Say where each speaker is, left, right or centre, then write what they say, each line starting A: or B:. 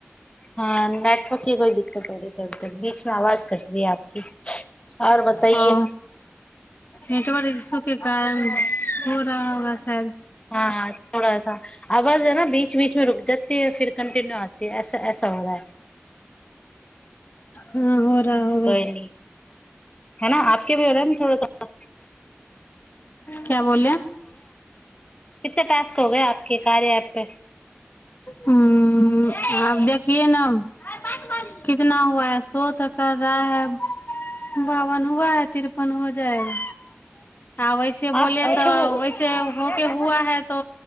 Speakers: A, on the left; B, on the left.
A: हँ नेटवर्क कि कोई दि क्कत हो रही बीच मे आवाज कट रही है आपकी आओर बताइए
B: ओ नेटवर्क इश्यु के कारण हो रहा होगा शायद
A: हाँ थोड़ा सा आवाज है न बीच बीच में रुक जाती है फिर कंटिन्यू आती है ऐसा ऐसा हो रहा है
B: हँ हो ता होगा
A: कोई नहीं है न आपके भी हो रहा न थोड़ासा
B: क्या बोले
A: कितना टास्क हो गये आपके कार्य ऐप पे
B: हँ आब देखिए न अब कितना हुआ है शो तो कर रहा है बावन हुआ है तिरपन हो जाएगा आ वैसे
A: आप
B: बोले
A: अच्छा
B: तऽ
A: वो
B: वैसे हो के हुआ है तो